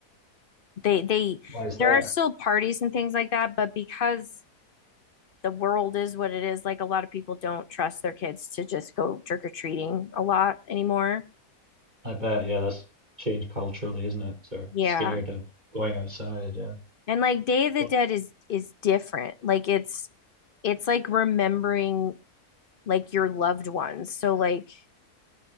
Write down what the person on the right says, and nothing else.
Why is that?
I bet, yeah, that's changed culturally, isn't it? Sort of
scared of going outside, yeah.
Don't-